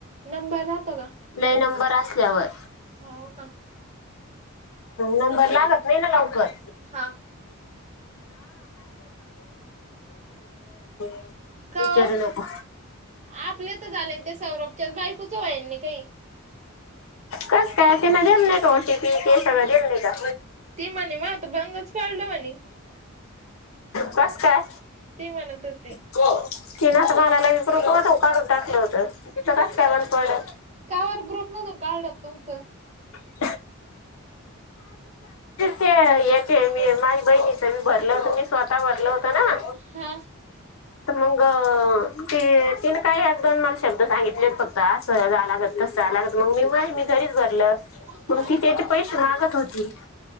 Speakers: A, on the right; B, on the left.
A: नंबर राहतो का.
B: नाहीय नंबर असल्यावर.
A: हो का.
B: नंबर लागत नाही ना लवकर.
A: हा
B: <unintelligible>
A: का
B: विचारू
A: हो
B: नको
A: आपले तर झाले आणि त्या सौरभच्या बायकूचच होईन नाही काही.
B: कसं काय? त्यानं दिली नाही का ओ टी पी ते सगळं दिलं नाही का?
A: ती म्हणे मग आता बंदच पडलं म्हणे.
B: कसं काय?
A: ती म्हणत होती.
B: <unintelligible> काढून टाकलं होतं तिचं कसं काय बंद पडेल?
A: कावर ग्रुप मधून काढलात तुमचं?
B: <unintelligible> ते एक हे <unintelligible> बहिणीचं बी भरलं होतं मी स्वतः भरलं होतं ना.
A: हां.
B: तर मग ती तिनं काय एक दोन मला शब्द सांगितलेत फक्त असं झाला गं तसं <unintelligible> मग मी माझं मी घरीच भरलं
A: हा
B: मग ती त्याचे पैसे मागत होती.